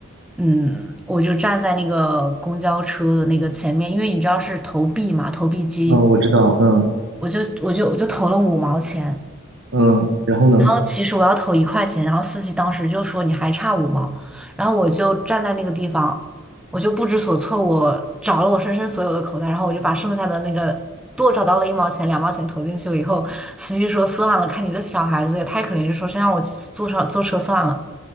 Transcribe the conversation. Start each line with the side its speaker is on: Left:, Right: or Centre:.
Centre: 嗯，我就站在那个公交车的那个前面，因为你知道是投币嘛，投币机，
Right: 嗯，我知道，嗯
Centre: 我就我就我就投了五毛钱，
Right: 嗯，然后呢？
Centre: 然后其实我要投一块钱，然后司机当时就说你还差五毛，然后我就站在那个地方，我就不知所措，我找了我身上所有的口袋，然后我就把剩下的那个多找到了一毛钱、两毛钱投进去了以后，司机说算了，看你这小孩子也太可怜，就说先让我坐上坐车算了。